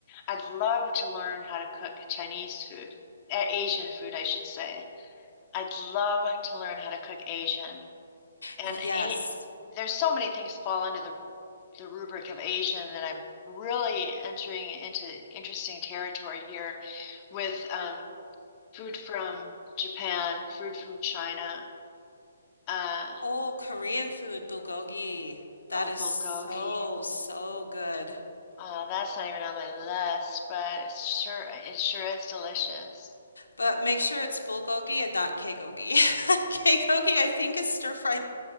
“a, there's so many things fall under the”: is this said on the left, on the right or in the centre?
Left